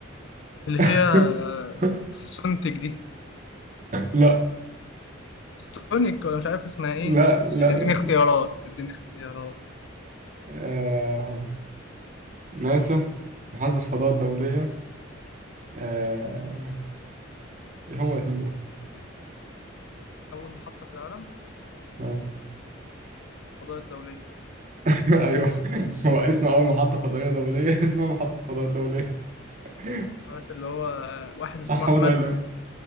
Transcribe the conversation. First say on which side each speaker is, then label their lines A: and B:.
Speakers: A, on the left; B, on the right.
A: اللي
B: <laughs>
A: هي السونتك دي
B: لا
A: ستونيك ولا مش عارف اسمها ايه
B: لا لا
A: اديني
B: لا
A: اختيارات اديني اختيارات
B: آه... ناسا محطة الفضاء الدولية آه... إيه هما الاتنين دول؟
A: اول محطة في العالم
B: آه.
A: الفضاء الدولية
B: <laughs> أيوه هو اسم أول محطة فضائية دولية <laughs> اسمها محطة الفضاء الدولية <laughs>
A: عارف اللي هو آه، واحد اسمه
B: محمد
A: احمد
B: أهلان